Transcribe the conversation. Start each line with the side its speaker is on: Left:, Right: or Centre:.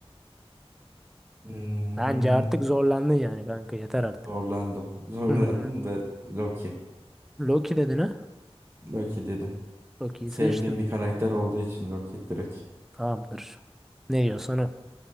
Right: Hmm.
Centre: Bence artık zorlandın yani kanka yeter artık.
Right: Zorlandım. <laughs> Zorlandım
Centre: <laughs>
Right: da Loki.
Centre: Loki dedin ha?
Right: Loki dedim.
Centre: Loki'yi
Right: Sevdiğim
Centre: seçtim.
Right: bir karakter olduğu için Loki direkt.
Centre: Tamamdır. Ne diyorsan o.